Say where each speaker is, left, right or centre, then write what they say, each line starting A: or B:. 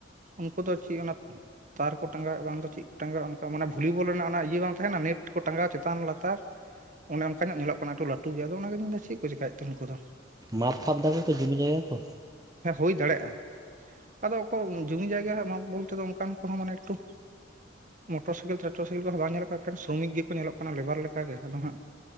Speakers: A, on the right (about 45°); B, on the right (about 20°).
A: ᱩᱱᱠᱩ ᱫᱚ ᱪᱮᱫ ᱚᱱᱟ ᱛᱟᱨ ᱠᱚ ᱴᱟᱸᱜᱟᱣ ᱮᱫ ᱵᱟᱝ ᱫᱚ ᱪᱮᱫ ᱠᱚ ᱴᱟᱸᱜᱟᱣ ᱚᱱᱠᱟ ᱢᱟᱱᱮ ᱵᱷᱚᱞᱤ ᱵᱚᱞ ᱨᱮᱱᱟᱜ ᱚᱱᱟ ᱤᱭᱟᱹ ᱵᱟᱝ ᱛᱟᱦᱮᱱᱟ ᱱᱮᱴ ᱠᱚ ᱴᱟᱸᱜᱟᱣ ᱪᱮᱛᱟᱱ ᱞᱟᱛᱟᱨ ᱚᱱᱮ ᱚᱱᱠᱟ ᱧᱚᱜ ᱧᱮᱞᱚᱜ ᱠᱟᱱᱟ ᱮᱠᱴᱩ ᱞᱟᱹᱴᱩ ᱜᱮ ᱟᱫᱚ ᱚᱱᱟᱜᱮᱧ ᱢᱮᱱᱫᱟ ᱪᱮᱫ ᱠᱚ ᱪᱤᱠᱟᱹᱭᱮᱫ ᱛᱮ ᱩᱱᱠᱩ ᱫᱚ
B: ᱢᱟᱯ ᱯᱷᱟᱯ ᱮᱫᱟᱠᱚ ᱠᱚ ᱡᱚᱢᱤ ᱡᱟᱭᱜᱟ ᱠᱚ
A: ᱦᱮᱸ ᱦᱩᱭ ᱫᱟᱲᱮᱭᱟᱜᱼᱟ ᱟᱫᱚ ᱚᱠᱚᱭ ᱡᱚᱢᱤ ᱡᱟᱭᱜᱟ ᱨᱮᱭᱟᱜ ᱢᱟᱯ ᱵᱚᱞᱛᱮ ᱫᱚ ᱚᱱᱠᱟᱱ ᱠᱚᱦᱚᱸ ᱢᱟᱱᱮ ᱮᱠᱴᱩ ᱢᱚᱴᱚᱨ ᱥᱟᱭᱠᱮᱞ <unintelligible> <unintelligible> ᱠᱚᱦᱚᱸ ᱵᱟᱝ ᱧᱮᱞᱚᱜ ᱠᱟᱱᱟ ᱮᱠᱷᱮᱱ ᱥᱨᱚᱢᱤᱠ ᱜᱮᱠᱚ ᱧᱮᱞᱚᱜ ᱠᱟᱱᱟ ᱞᱮᱵᱟᱨ ᱞᱮᱠᱟᱜᱮ ᱟᱫᱚ ᱦᱟᱸᱜ